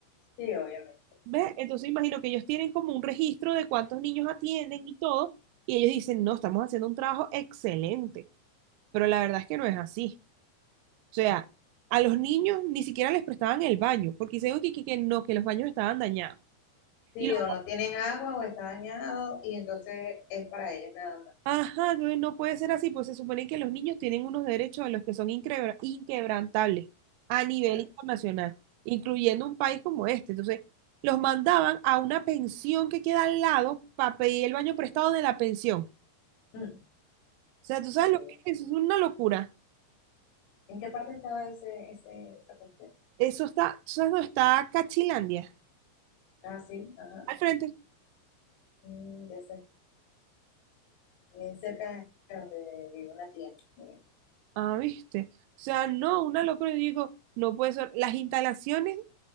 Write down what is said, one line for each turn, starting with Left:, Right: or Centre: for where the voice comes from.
Left: Sí, obviamente, exacto.
Right: ¿Ves? Entonces imagino que ellos tienen como un registro de cuántos niños atienden y todo, y ellos dicen, no, estamos haciendo un trabajo excelente, pero la verdad es que no es así. O sea, a los niños ni siquiera les prestaban el baño, porque dicen que, que, que no, que los baños estaban dañados.
Left: Sí,
Right: Y los
Left: o no tienen agua o está dañado y entonces es para ellos nada más.
Right: ajá, no no puede ser así, pues se supone que los niños tienen unos derechos de los que son inquebra- inquebrantables a nivel
Left: Claro.
Right: internacional, incluyendo un país como este. Entonces, los mandaban a una pensión que queda al lado para pedir el baño prestado de la pensión.
Left: Mm,
Right: O sea, ¿tú sabes
Left: imagínate.
Right: lo que es? Eso es una locura.
Left: ¿En qué parte estaba ese, ese, esa cuestión?
Right: Eso está, ¿tú sabes dónde está Cachilandia?
Left: Ah, sí, ajá.
Right: Al frente.
Left: Mm, ya sé. Bien cerca de donde vive una tía. mía.
Right: Ah, ¿viste? O sea, no, una locura. Yo digo, no puede ser. Las instalaciones, o